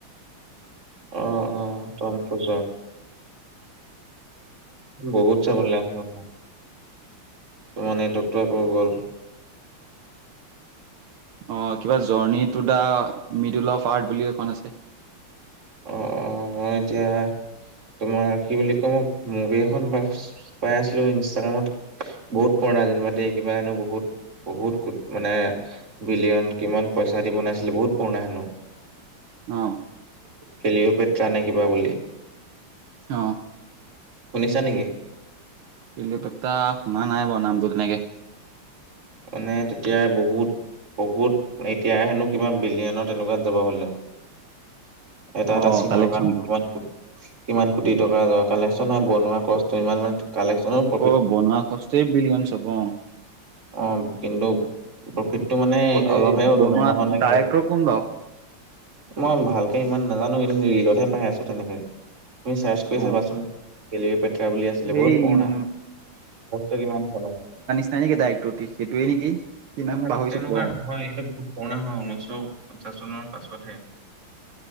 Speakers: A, on the right; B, on the right.
A: অ অ তম খোজ। বহুত চাব লে আছিল তোমাৰ নেটৱৰ্কটো আকৌ গ'ল।
B: অ কিবা journey to the middle of art বুলি এখন আছে।
A: অ অ মই এতিয়া তোমাৰ কি বুলি ক মোক মুভি এখন পাই আছিলো ইনষ্টাগ্ৰামত বহুত পুৰণা যেনিবা দেই কিবা হেনো বহুত, বহুত কোট মানে বিলিয়ন কিমান পইচা দি বনাইছিলে বহুত পুৰণা হেনো।
B: অ,
A: খেলিও পেট্ৰা নে কিবা বুলি।
B: অ,
A: শুনিছা নেকি?
B: পিলি পতা শুনা নাই বাৰু নামটো তেনেকে।
A: মানে তেতিয়া বহুত। বহুত এতিয়া হেনো কিবা বিলিয়নত তেনেকুৱাত যাব বোলে। এটা
B: অ
A: এটা চিনৰ
B: কালেকচনটো
A: কাৰণে কিমান কো কিমান কোটি টকা কালেকচন হয়, বনোৱা খৰচটো ইমান মানে কালেকচনৰ
B: অ' বনোৱা খৰচ টো বিলিয়নচ হ'ব অ,
A: অ কিন্তু। প্ৰফিতটো মানে
B: অ এই
A: অলপহে হোৱা
B: বনোৱা ডাইৰেক্টৰ
A: <unintelligible>
B: কোন বাৰু
A: মই ভালকে ইমান নাজানো কিন্তু ৰিলতহে পাই আছো তেনেকে। তুমি চাৰ্চ কৰি
B: অ
A: চাবাচোন। কেলৱে পেটৰা বুলি আছিলে বহুত
B: এই
A: পুৰণা
B: উম
A: কিমান <unintelligible>
B: কেনেকে দায়ৰেক উটি সিটোৱে নেকি? কি নাম
A: অ'
B: পাহৰিছো
A: তেনেকুৱা
B: বাৰু
A: নহয়। এইটো বহুত পুৰণা হয় ঊনৈশ পঞ্চাছ চনৰ পাছতহে।